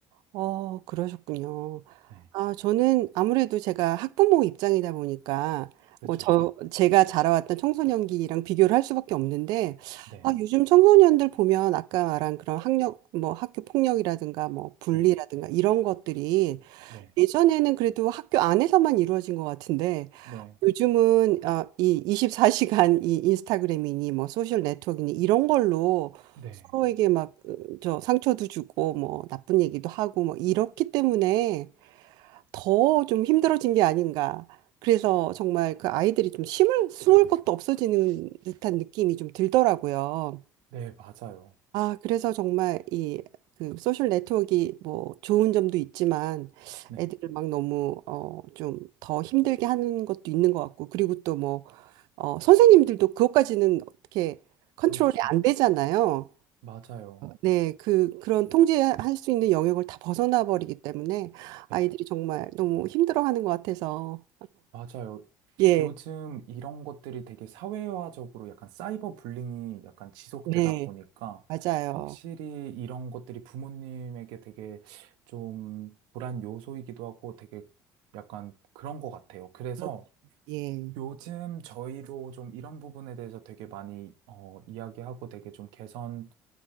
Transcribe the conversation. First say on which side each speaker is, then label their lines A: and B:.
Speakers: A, on the right; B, on the right.
A: 어, 그러셨군요.
B: 네,
A: 아, 저는 아무래도 제가 학부모 입장이다 보니까
B: 그죠.
A: 뭐 저 제가 자라왔던 청소년기랑 비교를 할 수밖에 없는데
B: 네,
A: 아, 요즘 청소년들 보면 아까 말한 그런 학력 뭐 학교 폭력이라든가 뭐 bully라든가
B: 네,
A: 이런 것들이
B: 네,
A: 예전에는 그래도 학교 안에서만 이루어진 것 같은데
B: 네,
A: 요즘은 아, 이 24시간 이 인스타그램이니 뭐 소셜 네트워크니 이런 걸로
B: 네,
A: 서로에게 막 어, 저 상처도 주고 뭐 나쁜 얘기도 하고 뭐 이렇기 때문에 더 좀 힘들어진 게 아닌가. 그래서 정말 그 아이들이 좀 심을 숨을 것도 없어지는 듯한 느낌이 좀 들더라고요.
B: 네, 맞아요.
A: 아, 그래서 정말 이 그 소셜 네트워크가 뭐 좋은 점도 있지만
B: 네,
A: 애들을 막 너무 어 좀 더 힘들게 하는 것도 있는 것 같고 그리고 또 뭐 어 선생님들도 그것까지는 어떻게 컨트롤이
B: 그렇죠.
A: 안 되잖아요.
B: 맞아요.
A: 네, 그 그런 통제할 수 있는 영역을 다 벗어나 버리기 때문에
B: 네,
A: 아이들이 정말 너무 힘들어하는 것 같아서
B: 맞아요.
A: 예,
B: 요즘 이런 것들이 되게 사회화적으로 약간 사이버 불링이 약간 지속되다
A: 네,
B: 보니까
A: 맞아요.
B: 확실히 이런 것들이 부모님에게 되게 좀 불안 요소이기도 하고 되게 약간 그런 것 같아요. 그래서
A: 그렇- 예,
B: 요즘 저희도 좀 이런 부분에 대해서 되게 많이 어, 이야기하고 되게 좀 개선을